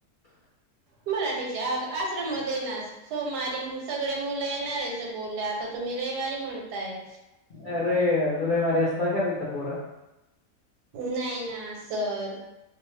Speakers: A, on the left; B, on the right.
A: सु
B: मराठीच्या आश्रममध्ये ना सोमवारी सगळे मुलं येणार आहेच बोलले आता तुम्ही रविवारी म्हणतायत
A: अरे रवि रविवारी असता का तिथं पूरा
B: नाही ना सर,